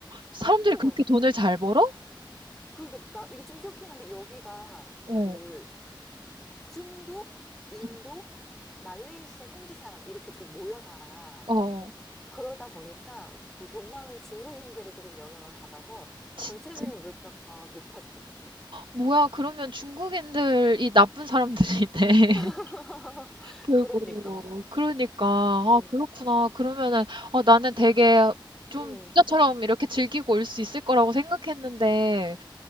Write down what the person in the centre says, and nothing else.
어,
그리고 나, 이게 좀 쇼킹한데, 여기가
그 중국, 인도,
말레이시아 현지 사람, 이렇게 좀 모여 살아.
그러다 보니까 그 돈 많은 중국인들이 조금 영향을 받아서
전체적인 물가가 높아진 것 같아.
<laughs>
그러니까.
응,
응.